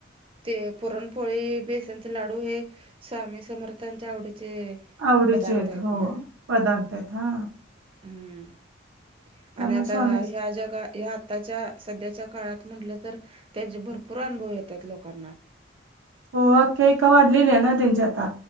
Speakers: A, on the right; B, on the right.
A: ते पुरणपोळी, बेसनचे लाडू हे? स्वामी समर्थांच्या आवडीचे-
B: आवडीचे
A: पदार्थ
B: आहेत. हो
A: ना
B: पदार्थ आहेत हा.
A: हम्म
B: त्यामुळे
A: आणि आता
B: स्वामी
A: ह्या जगा ह्यात- आताच्या सध्याच्या काळात म्हटलं तर, त्यांचे भरपूर अनुभव येत्यात लोकांना.
B: हो, अख्यायिका वाढलेली आहे ना त्यांच्या आता